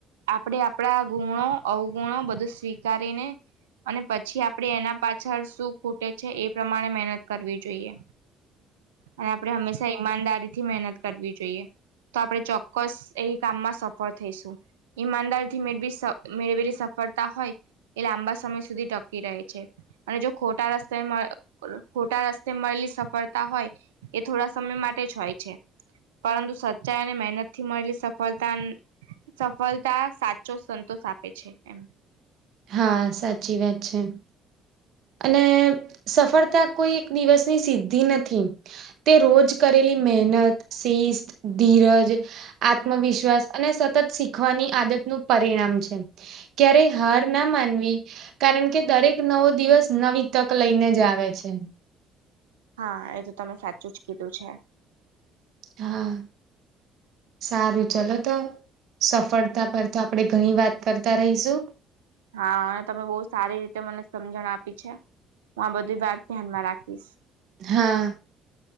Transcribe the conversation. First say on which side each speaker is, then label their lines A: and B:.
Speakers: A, on the right; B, on the right.
A: આપણે આપણા ગુણો અવગુણો બધું સ્વીકારીને અને પછી આપણેે એના પાછળ શું ખૂટે છે એ પ્રમાણે મહેનત કરવી જોઈએ
B: ક
A: અને આપણે હંમેશા ઈમાનદારીથી મહેનત કરવી જોઈએ તો આપડે ચોક્કસ એ કામમાં સફળ થઈશું ઈમાનદાર થી મેળવી મેળવેલી સફળતા હોય. એ લાંબા સમય સુધી ટકી રહે છે. અને જો ખોટા રસ્તે ખોટા રસ્તે મળેલી સફળતા હોય. એ થોડા સમય માટે જ હોય છે પરંતુ સચ્ચાઈ અને મહેનત થી મળેલી સફતા સફળતા સાચો સંતોષ આપે છે એમ
B: હા સાચી વાત છે. અને સફળતા કોઈ એક દિવસની સિદ્ધિ નથી તે રોજ કરેલી મહેનત શિસ્ત ધીરજ આત્મવિશ્વાસ અને સતત શીખવાની આદતનુંું પરિણામ છે. ક્યારે હાર ના માનવી કારણ કે દરેક નવો દિવસ નવી તક લઈને જ આવે છે.
A: હા એ તો તમે સાચું જ કીધું છે.
B: હા. સારું ચલો તો સફળતા પર તો આપણેે ઘણી વાત કરતા રહીશું.
A: હા અને તમે બહુ સારી રીતે મને સમજણ આપી છે હું આ બધી વાત ધ્યાનમાં રાખીશ.
B: હા